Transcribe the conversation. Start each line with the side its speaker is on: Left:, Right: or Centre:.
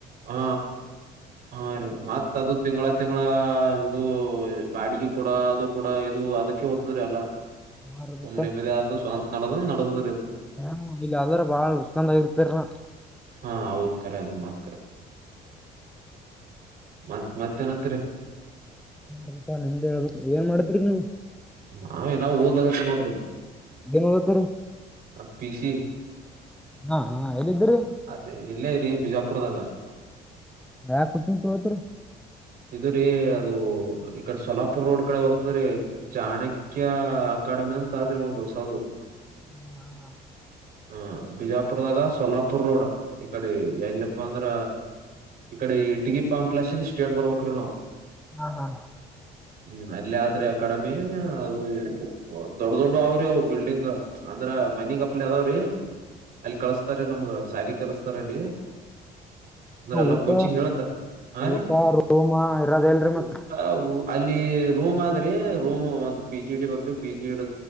Right: ಹಾ ಹಾ ರೀ ಮತ್ತ ಅದು ತಿಂಗ್ಳ ತಿಂಗ್ಳ ಇದು ಬಾಡಿಗೆ ಕೂಡ ಅದು ಕೂಡ ಇದು ಅದಕ್ಕೆ ಓತ್ತದ್ರಿ ಅಲ್ಲ
Centre: ಹಾ ರೀ
Right: ಸುಮ್ಮ್
Centre: ಮತ್ತ
Right: ನಿಮ್ಮಿ ಗಾದ್ರು ಸ್ವಂತ ನಡ್ದ ನಡದ್ರೀ
Centre: ಹಾ ಇಲ್ಲ ಅಲ್ಲರೂ ಬಾಳ ಉಕಂದ ಇಡ್ತರ
Right: ಹಾ ಹೌದು ಕರೆ ಅದು ಮಾತ್ರ ಮತ್ ಮತ್ತೆ ಏನಂತೀರಿ
Centre: ಸ್ವಲ್ಪ ನಿಮ್ದ್ ಹೇಳ್ಬು ಏನ್ ಮಾಡಿದ್ರರಿ ನೀವು
Right: ನಾವೇ ಏನಾ ಓದ್ಲಾಗತ್ತೆ ನೋಡ್ರಿ
Centre: ಏನ್ ಓದತ್ತೀರಿ
Right: ಆ ಪಿಸಿ
Centre: ಹಾ ಹಾ ಎಲ್ಲಿದ್ದೀರಿ
Right: ಅದೇ ಇಲ್ಲೇ ಇರಿೀ ಬಿಜಾಪುರದಾಗ
Centre: ಯಾಕುತ್ತನ್ ತಗೊಳ್ಳುತ್ತೀರಿ
Right: ಇ್ರೀ ಅದು ಈ ಕಡೆ ಸೋಲಾಪುರ್ ರೋಡ್ ಕಡೆ ಬರ್ತದ್ರೀ ಚಾಣಕ್ಯ ಅಕಾಡೆಮಿ ಅಂತ ಅಂದ್ರೆ ಒಂದು ಹೊಸ ಅದು
Centre: ಹ ಹಾ ಹಾ
Right: ಹ ಬಿಜಾಪುರದಾಗ ಸೊಲ್ಲಾಪುರ್ ರೋಡ್ ಈ ಕಡೆ ಎಲ್ಲಪ್ಪಾ ಅಂದ್ರ ಈ ಕಡೆ ಇಟ್ಗಿ ಪಾಂಪ್ಲಸ್ ಸ್ಟೇಡ್ ಬರ್ಬೇಕರು ನಾವು
Centre: ಹಾ ಹಾ
Right: ಹ್ಮ್ ಅಲ್ಲ ಆದ್ರೆ ಅ ಕಡೆಮ್ ವೀರಣ್ಣ ಅವು ದೊಡ್ ದೊಡ್ಡ ಅವ್ರಿ ಆ ಬಿಲ್ಡಿಂಗ್ ಅಂದ್ರ ಮನಿ ಗಪ್ಲಾ ಅದಾವ್ರಿ ಅಲ್ಲಿ ಕಳಸ್ತಾರೆ ನಮ್ಗ ಸಾಲಿ ಕಲಸ್ತಾರ ಅಲ್ಲಿ ಅಂದ್ರ ಎಲ್ಲ
Centre: ಊಟ
Right: ಕೋಚಿಂಗ್ ಹೇಳತಾರ ಹಾ ರೀ
Centre: ಊಟ ರೂಮ ಇರೋದ ಇಲ್ರಿ ಮತ್
Right: ಊಟ ಊ ಅಲ್ಲಿ ರೋಮ್ ಆದ್ರೆ ರೂಮ್ ಒಂದ್ ಪಿಜಿ ಇಡಿ ಬ್ರಿ ಪಿಜಿ ಇಡ